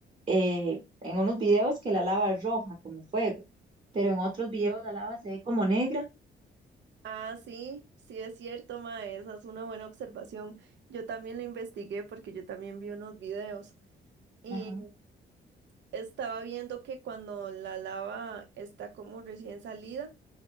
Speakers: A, on the right; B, on the right.
A: eh, en unos videos que la lava es roja, como fuego, pero en otros videos la lava se ve como negra.
B: Ah, sí, sí es cierto, ma, esa es una buena observación. Yo también la investigué porque yo también vi unos videos y
A: Ajá.
B: estaba viendo que cuando la lava está como recién salida,